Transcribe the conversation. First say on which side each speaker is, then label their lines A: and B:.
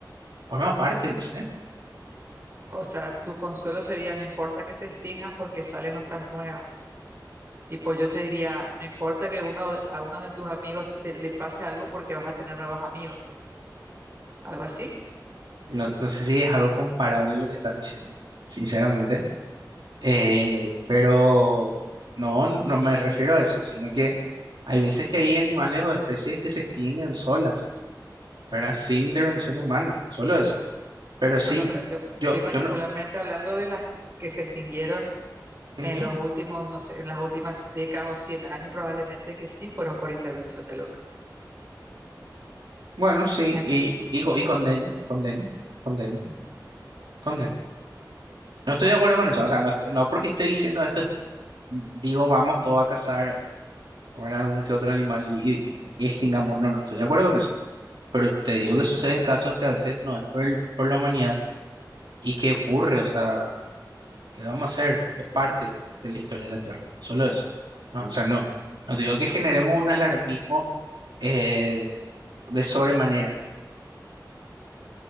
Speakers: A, on the right; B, on the right.
A: forma parte, no
B: O
A: sé,
B: s- o sea, tu consuelo sería, no importa que se extingan porque salen otras nuevas. Tipo, yo te diría, no importa que uno, de- a uno de tus amigos te- le pase algo porque vas a tener nuevos amigos, algo así.
A: no, no sé si es algo comparable lo que estás diciendo, sinceramente, eh, pero no, no me refiero a eso, sino que... Hay veces que hay animales o especies que se extinguen solas. ¿verdad? Sin intervención humana, solo eso. Pero sí,
B: Bueno, pero yo estoy
A: yo,
B: particularmente
A: yo no.
B: hablando de las que se extinguieron
A: ujú,
B: en los últimos, no sé, en las últimas décadas o 100 años probablemente que sí fueron por intervención del hombre.
A: Bueno, sí,
B: ¿Entiendes?
A: y, y, co- y condeno, condeno, condeno,
B: Mm.
A: condeno. No estoy de acuerdo con eso, o sea, no, estoy- no porque estoy diciendo esto, es- digo, vamos todos a cazar ¿verdad? algún que otro animal y, y- y extingamos. No, no estoy de acuerdo con eso. Pero te digo que suceden casos que a veces no es por, el- por la humanidad y que ocurre, o sea, ¿qué vamos a hacer? Es parte de la historia de la Tierra, solo eso. No, o sea, no, no te digo que generemos un alarmismo. eh, de sobremanera.